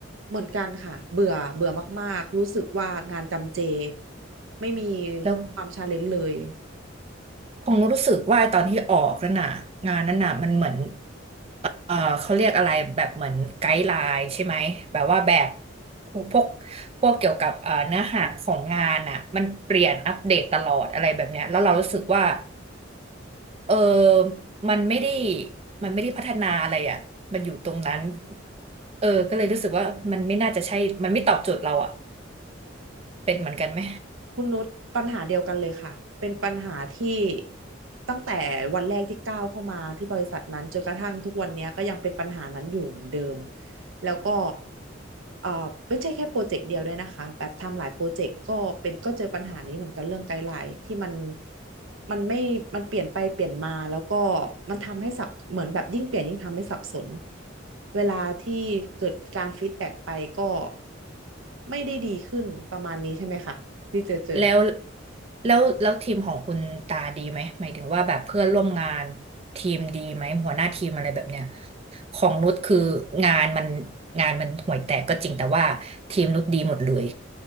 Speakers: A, on the right; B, on the right.
A: เหมือนกันค่ะเบื่อเบื่อมากๆรู้สึกว่างานจำเจไม่มี
B: แล้ว
A: ความชาเลนจ์เลย
B: คงรู้สึกว่าตอนที่ออกนั่นน่ะงานนั้นน่ะมันเหมือนเอ่อเขาเรียกอะไรแบบเหมือนไกด์ไลน์ใช่ไหมแบบว่าแบบพวกพวกเกี่ยวกับเอ่อเนื้อหาของงานอ่ะมันเปลี่ยนอัปเดตตลอดอะไรแบบเนี้ยแล้วเรารู้สึกว่าเออมันไม่ได้มันไม่ได้พัฒนาอะไรอ่ะมันอยู่ตรงนั้นเออก็เลยรู้สึกว่ามันไม่น่าจะใช่มันไม่ตอบโจทย์เราอ่ะเป็นเหมือนกันไหม
A: คุณนุชปัญหาเดียวกันเลยค่ะเป็นปัญหาที่ตั้งแต่วันแรกที่ก้าวเข้ามาที่บริษัทนั้นจนกระทั่งทุกวันเนี้ยก็ยังเป็นปัญหานั้นอยู่เหมือนเดิมแล้วก็เอ่อไม่ใช่แค่โปรเจกต์เดียวด้วยนะคะแบบทำหลายโปรเจกต์ก็เป็นก็เจอปัญหานี้เหมือนกันเรื่องไกด์ไลน์ที่มันมันไม่มันเปลี่ยนไปเปลี่ยนมาแล้วก็มันทำให้สับเหมือนแบบยิ่งเปลี่ยนยิ่งทำให้สับสนเวลาที่เกิดการฟีดแบ็กไปก็ไม่ได้ดีขึ้นประมาณนี้ใช่ไหมคะ ที่เจอเจอกัน
B: แล้วแล้วแล้วทีมของคุณตาดีไหมหมายถึงว่าแบบเพื่อนร่วมงานทีมดีไหมหัวหน้าทีมอะไรแบบเนี้ยของนุชคืองานมันงานมันห่วยแตกก็จริงแต่ว่าทีมนุชดีหมดเลย